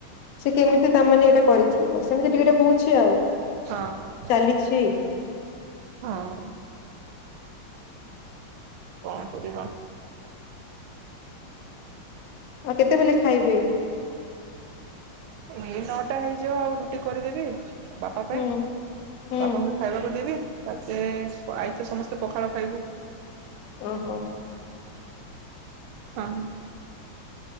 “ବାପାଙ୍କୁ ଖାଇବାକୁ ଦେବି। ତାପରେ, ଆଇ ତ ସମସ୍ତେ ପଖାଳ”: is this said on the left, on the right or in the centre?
Right